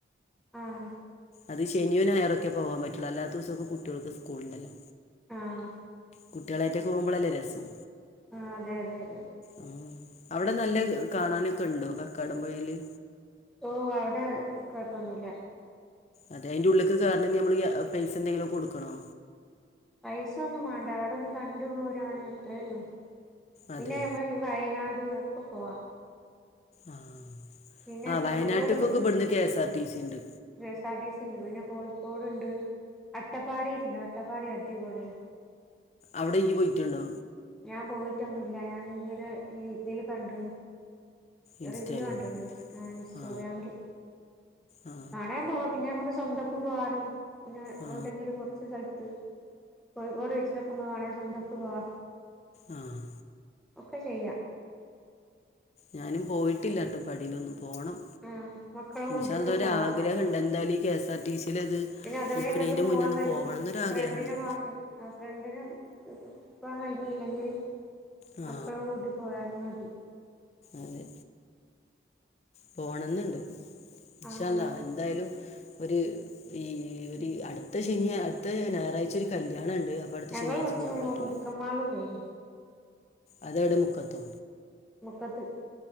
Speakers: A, in the centre; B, on the left.
A: ആഹ്
B: അത് ശനിയും ഞയർരൊക്കെ പോകവാൻ പറ്റുള്ളൂ അല്ലാത്ത ദിവസക്കെ കുട്ടികൾക്ക് സ്കൂള് ഉണ്ടല്ലോ.
A: ആഹ്
B: കുട്ടികളായിട്ടൊക്കെ പോകുമ്പോഴല്ലേ രസം.
A: ആഹ് അതെ അതെ അതെ.
B: ആഹ് അവിടെ നല്ല കാണാനൊക്കെ ഉണ്ടോ കക്കാടം പുഴയില്.
A: ഓ അവിടെ കുഴപ്പൊന്നുമില്ല.
B: അതെ അതിന്റെ ഉള്ളേക്ക് കേറണമെകിൽ നമ്മള് പൈസ എന്തെങ്കിലും കൊടുക്കണോ.
A: പൈസ ഒന്നും വേണ്ട അവിടൊന്ന് കണ്ടു പോരാനത്രേള്ളു
B: അതെ
A: പിന്നെ നമ്മൾ. വയനാട് ഒക്കെ പോവാം.
B: ആഹ്
A: പിന്നെ
B: ആഹ്
A: കോഴിക്കോട്
B: വയനാട്ട്ക്കൊക്കെ ഇവിടുന്ന് കെഎസ് ആർ ടി സി ഉണ്ട്.
A: K S R T C ഉണ്ട് പിന്നെ കോഴിക്കോട്ണ്ട് അട്ടപ്പാടിൽണ്ട് അട്ടപ്പാടി അടിപൊളിയ.
B: അവിടെ യി പോയിട്ടുണ്ടോ
A: ഞാൻ പോയിട്ടൊന്നുമില്ല ഞാൻ ഇങ്ങനെ ഇതില് കണ്ടു
B: ഇൻസ്റ്റയിലോ
A: റിവ്യൂ കണ്ടിനു ഇൻസ്റ്റഗ്രാമില്.
B: ആ ആ
A: നാണയം പോവാ പിന്നെ നമ്മക്ക് സ്വന്തക്കും പോവാലോ പിന്നെ
B: ആ
A: എവിടെങ്കിലും കൊറച്ച് സ്ഥലത്ത്. കോഴിക്കോട് ബീച്ചില് ഇപ്പോ സ്വന്തം ആയിട്ട് പോവാ
B: ആഹ്
A: ഒക്കെ ചെയ്യാം.
B: ഞാനും പോയിട്ടില്ല അട്ടപ്പാടിയിലൊന്നും പോണം.
A: ആഹ് മക്കളും
B: ഇന്ഷാ
A: കൂട്ടിയൊക്കെ
B: അള്ളാ
A: പോവാ
B: ആഗ്രഹം ഉണ്ട് എന്തായാലും ഈ കെഎസ് ആർ ടി സിൽ ഇത്
A: പിന്നെ അഥവേ
B: നിക്കണതിന്റെ
A: ഞങ്ങൾക്ക് പോവാൻ
B: മുന്ന ഒന്ന്
A: കഴി
B: പോ. പോണോന്ന് ഒരു
A: ഫ്രണ്ടിന്
B: ആഗ്രഹം ഉണ്ട്.
A: പോവാൻ കഴി ആഹ് ഫ്രണ്ടിന് പോകാൻ കഴിഞ്ഞില്ലെങ്കിൽ
B: ആ
A: മക്കളും കൂട്ടി. പോയാലും മതി.
B: അതെ പോണംന്നുണ്ട് ഇന്ഷാ
A: ആഹ്
B: ആള്ള
A: ആഹ്
B: എന്തായാലും. ഒരു ഈ ഒരു അടുത്ത ശനി അടുത്ത ഞായറാഴ്ച ഒരു കല്യാണ ഉണ്ട്. അപ്പോൾ അടുത്ത
A: ഞങ്ങള്
B: ശനിയാഴ്ച
A: കുറച്ച
B: പോകാൻ
A: മുമ്പ്
B: പറ്റില്ല
A: മുക്കൻ മാളിൽ പോയി.
B: അത് എവിടെ മുക്കത്തോ.
A: മുക്കത്ത്.